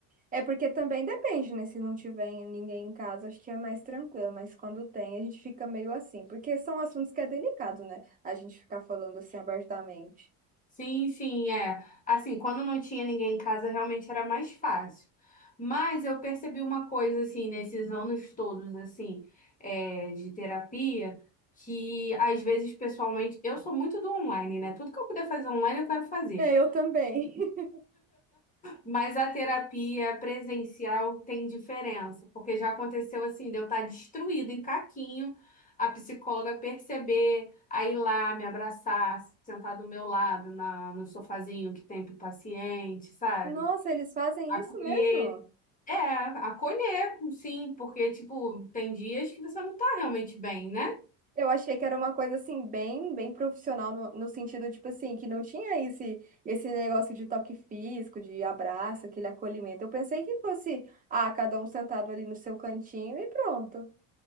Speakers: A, on the right; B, on the left.
A: É porque também depende, né? Se não tiver ninguém em casa, acho que é mais tranquilo, mas quando tem, a gente fica meio assim, porque são assuntos que é delicado, né? A gente ficar falando assim abertamente.
B: Sim, sim, é. Assim, quando não tinha ninguém em casa, realmente era mais fácil. Mas eu percebi uma coisa, assim, nesses anos todos, assim, é, de terapia, que às vezes, pessoalmente, eu sou muito do online, né? Tudo que eu puder fazer online, eu quero fazer.
A: É, eu também. <laughs>
B: Mas a terapia presencial tem diferença, porque já aconteceu assim, de eu estar destruída em caquinho, a psicóloga perceber, aí ir lá me abraçar, sentar do meu lado na, no sofazinho que tem pro paciente, sabe?
A: Nossa, eles fazem
B: Acolher.
A: isso mesmo?
B: É, acolher, sim, porque, tipo, tem dias que você não tá realmente bem, né?
A: Eu achei que era uma coisa assim, bem, bem profissional, no, no sentido, tipo assim, que não tinha esse, esse negócio de toque físico, de abraço, aquele acolhimento. Eu pensei que fosse, ah, cada um sentado ali no seu cantinho e pronto.